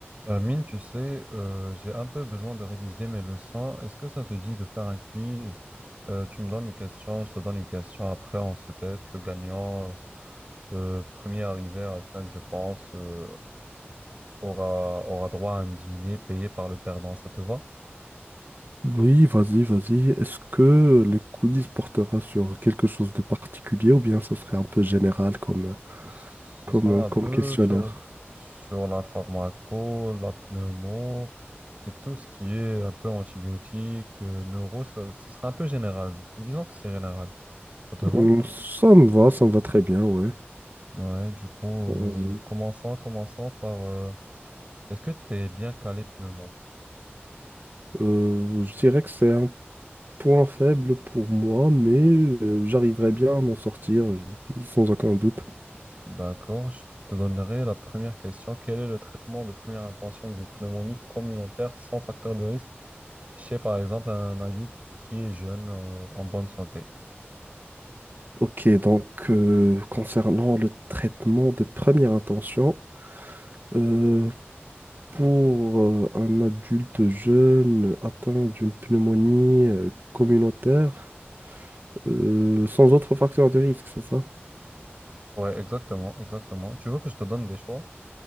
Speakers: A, on the right (about 35°); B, on the right (about 50°).
A: Euh, Mine, tu sais, euh, j'ai un peu besoin de réviser mes leçons. Est-ce que ça te dit de faire un quiz? Euh, tu me donnes une question, je te donne une question. Après, on se teste. Le gagnant, euh, premier arrivé à 5, je pense, euh, aura, aura droit à un dîner payé par le perdant. Ça te va?
B: Oui, vas-y, vas-y. Est-ce que le quiz portera sur quelque chose de particulier ou bien ça serait un peu général comme,
A: Ce
B: comme,
A: sera un
B: comme
A: peu
B: questionnaire?
A: sur, sur la pharmaco, la pneumo et tout ce qui est un peu antibiotique, euh, neuro. Ça, ça sera un peu général. Disons que c'est général. Ça te va?
B: Hum, Ça me va, ça me va très bien, ouais.
A: Ouais, du coup,
B: Vas-y.
A: euh, commençons, commençons par... euh, est-ce que tu es bien calé pneumo?
B: Euh, je dirais que c'est un point faible pour moi, mais euh, j'arriverai bien à m'en sortir, euh, sans aucun doute.
A: D'accord, je te donnerai la première question. Quel est le traitement de première intention du pneumonie communautaire sans facteur de risque chez, par exemple, un adulte qui est jeune, euh, en bonne santé?
B: Ok, donc euh, concernant le traitement de première intention, euh, Pour euh, un adulte jeune atteint d'une pneumonie euh, communautaire, euh, sans autre facteur de risque, c'est ça?
A: Ouais, exactement, exactement. Tu veux que je te donne des choix?